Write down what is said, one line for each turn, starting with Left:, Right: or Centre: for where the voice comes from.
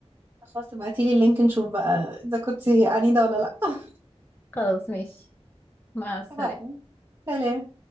Right: خلاص ابعتيلي اللينك نشوف بقى إذا كنتي عنيدة ولا لأ <laughs>
Left: خلاص ماشي مع السلامة
Right: اتفقنا. سلام